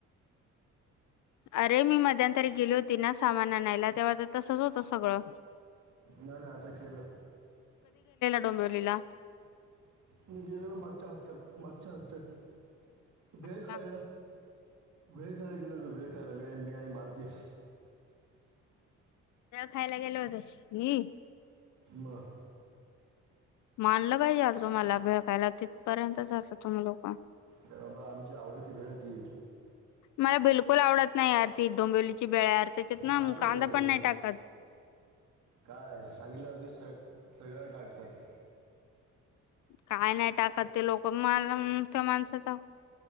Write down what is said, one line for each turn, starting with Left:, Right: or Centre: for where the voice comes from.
Left: अरे मी मध्यांतरी गेली होती ना सामान आणायला तेव्हा तर तसच होतं सगळं..
Right: नाही ना आता केलं..
Left: डोंबवलीला..
Right: मी गेलेलो मागच्या हप्त्यात मागच्या हप्त्यात बे
Left: अच्छा
Right: काय.. भेळ खायला गेलतो भेळ खायला आणि मी आणि मारुतीस..
Left: भेळ खायला गेलं होती.
Right: म...
Left: मानलं पाहिजे यार तुम्हाला भेळ खायला तिथपर्यंत जाता तुम्ही लोक...
Right: अ बाबा आमची आवडती भेळ ती..
Left: मला बिलकुल आवडत नाही यारती डोंबवलीची भेळ यार... त्याच्यात ना
Right: फालतू
Left: कांदा
Right: आहे रे तो..
Left: पण नाही टाकत
Right: काय सांगितल्यावरती स सगळं टाकतात..
Left: काय नाही टाकत ते लोक मला म त्या माणसाचा...